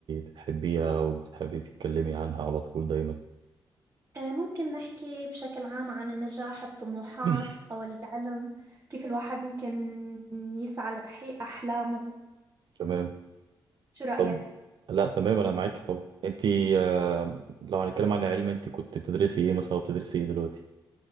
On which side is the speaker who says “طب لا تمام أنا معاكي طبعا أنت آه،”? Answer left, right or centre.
Right